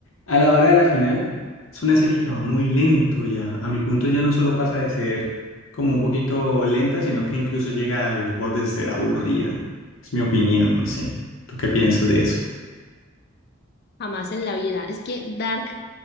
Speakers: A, on the left; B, on the left.
A: a la hora de la final es una serie que va muy lento ya, a mi punto ya no solo pasa de ser como un poquito lenta, sino que incluso llega a los bordes de ser aburrida. Es mi opinión, no sé. ¿Tú qué piensas de eso?
B: Jamás en la vida. Es que Dark